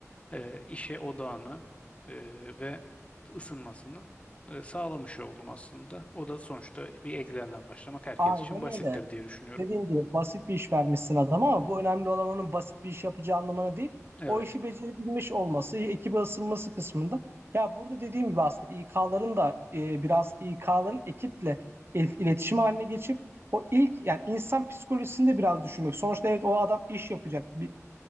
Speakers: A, on the left; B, on the right.
A: e, işe odağını e, ve ısınmasını e, sağlamış oldum aslında. O da sonuçta bir Excel'den başlamak herkes
B: Aynen
A: için basittir
B: öyle.
A: diye düşünüyorum.
B: Dediğim gibi basit bir iş vermişsin adama ama bu önemli olan onun basit bir iş yapacağı anlamına değil.
A: Evet.
B: O işi becerebilmiş olması, ekibe ısınması kısmında. Ya burada dediğim gibi aslında İK'ların da e, biraz İK'ların ekiple il- iletişim haline geçip o ilk yani insan psikolojisini de biraz düşünmek. Sonuçta evet o adam iş yapacak. Bir,